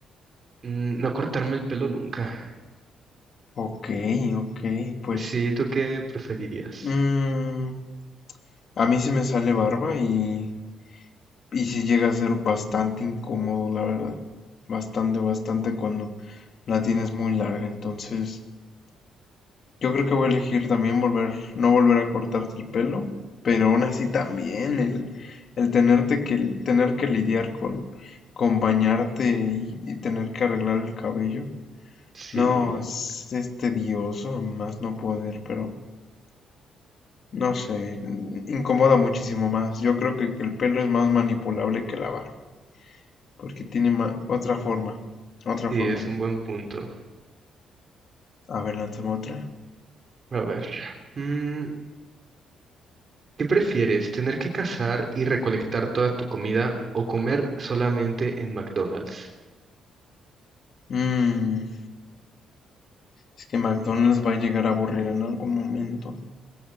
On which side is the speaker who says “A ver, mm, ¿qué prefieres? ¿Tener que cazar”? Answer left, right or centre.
Right